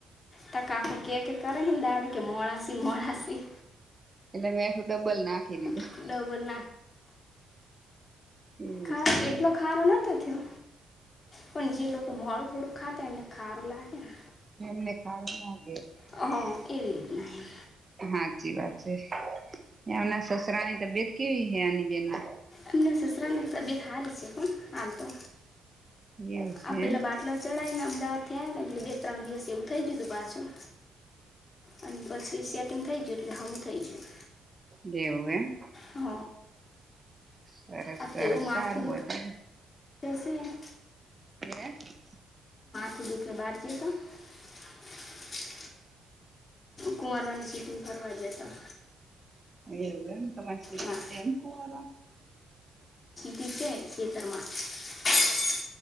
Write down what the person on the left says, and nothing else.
ત કાકો કે કે કરે દાડી કે મોડાાસી મોડાાસી
ડબલ
ખા
એટલો ખારો નતો થયો પણ જે લોકો મોલ થોડુંક ખાતા એમને ખાર લાગે ને
હ હા એવી રીતના એમ
એમને સસરાની તબિયત હારી છે, પણ હાલ તો
આ પેલા
બાટલા ચઢીને અમદાવાદ થી આવ એટલે બે-ત્રણ દિવસ એવું થઈ ગયું હતું, પાછું. અને પછી સેટિંગ થઇ ગયું, એટલે હું થઇ ગયું.
હ.
આ
તો એવું માથું
દુખે
જશે
<inaudible> કુંમારવાની સિટિંગ ફરવા જતો.
હા
ત છે શતર્માં <unintelligible>